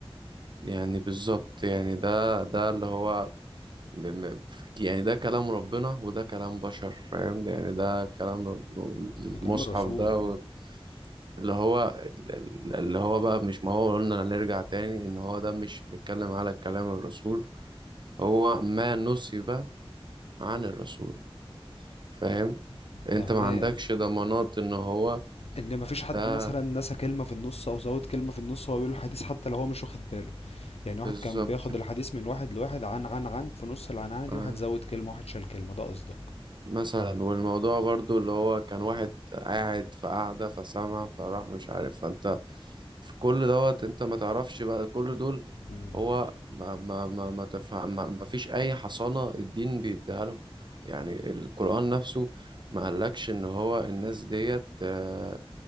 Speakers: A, on the right (about 50°); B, on the left (about 80°).
A: يعني بالظبط يعني ده ده اللي هو ب- م- يعني ده كلام ربنا وده كلام بشر فاهم يعني ده كلام رب-
B: هذا كلام
A: المصحف
B: الرسول
A: ده و- اللي هو اللي هو بقى مش ما هو قلنا نرجع تاني ان هو ده مش بنتكلم على كلام الرسول هو ما نسب عن الرسول فاهم انت
B: تمام
A: ما عندكش ضمانات ان هو
B: ان مفيش حد
A: ده
B: مثلا نسى كلمه في النص او زود كلمه في النص وهو بيقول الحديث حتى لو هو مش واخد باله يعني
A: بالظبط
B: واحد كان بياخد الحديث من واحد لواحد عن عن عن في نص العنعنه دي
A: آه.
B: واحد زود كلمه واحد شال كلمه ده قصدك
A: مثلا والموضوع برضو اللي هو كان واحد قاعد في قعدة فسمع فراح مش عارف فانت في كل دوت انت ما تعرفش بقى كل دول
B: امم
A: هو ما ما ما ما تفهم ما, ما فيش اي حصانة الدين بيديها لهم يعني القرآن نفسه ما قالكش ان هو الناس ديت آه،